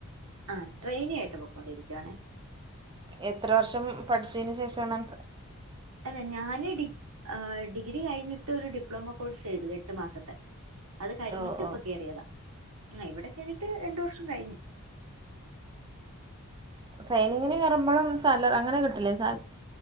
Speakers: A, on the right; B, on the right.
A: ആ ട്രെയിനി ആയിട്ട് പൊക്കോ ണ്ടിരിക്കുവാണേ.
B: എത്ര വർഷം പഠിച്ചതിന് ശേഷമാണ് ഡ്രെ
A: അല്ല ഞാന് ഡിഗ് ആ ഡിഗ്രി കഴിഞ്ഞിട്ട് ഒരു ഡിപ്ലോമ കോഴ്സ് ചെയ്ത് എട്ടു മാസത്തെ അത് കഴിഞ്ഞിട്ട്
B: ഓ ഓ
A: ഇപ്പൊ കയറിയതാ. ആ ഇവിടെ കേറീട്ട് രണ്ടു വർഷം കഴിഞ്ഞു.
B: ട്രെയിനിങ്ങിന് കയറുമ്പോഴും സാലറി, അങ്ങനെ കിട്ടില്ലേ സാല